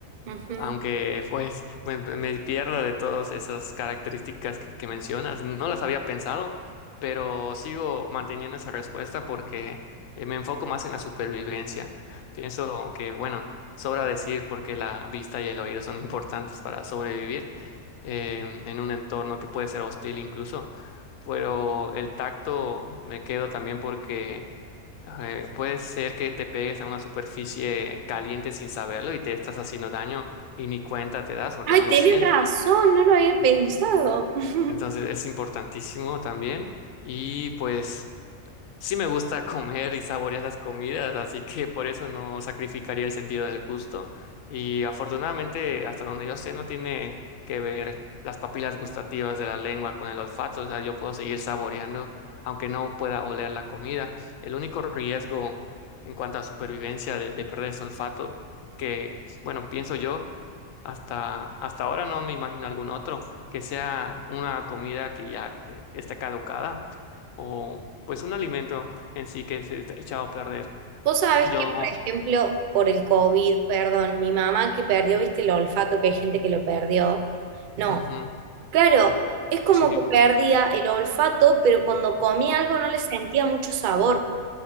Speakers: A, on the right; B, on the left.
A: Ujú.
B: aunque pues me, me pierdo de todas esas características que, que mencionas, no las había pensado, pero sigo manteniendo esa respuesta porque eh, me enfoco más en la supervivencia. Pienso que, bueno, sobra decir porque la vista y el oído son importantes para sobrevivir eh, en un entorno que puede ser hostil incluso, pero el tacto me quedo también porque eh, puede ser que te pegues a una superficie caliente sin saberlo y te estás haciendo daño y ni cuenta te das porque
A: Ay,
B: no lo
A: tienes
B: sientes.
A: razón, no lo había pensado. <laughs>
B: Entonces es importantísimo también y pues Sí me gusta comer y saborear las comidas, así que por eso no sacrificaría el sentido del gusto. Y afortunadamente, hasta donde yo sé, no tiene que ver las papilas gustativas de la lengua con el olfato, o sea, yo puedo seguir saboreando aunque no pueda oler la comida. El único riesgo en cuanto a supervivencia de, de perder ese olfato, que, bueno, pienso yo, hasta, hasta ahora no me imagino algún otro, que sea una comida que ya eh, esté caducada o pues un alimento en sí que se está echado a perder.
A: Vos sabés
B: Yo,
A: que, por ejemplo, por el COVID, perdón, mi mamá que perdió, viste, el olfato, que hay gente que lo perdió. No,
B: ujú,
A: claro, es como
B: sí.
A: que perdía el olfato, pero cuando comía algo no le sentía mucho sabor.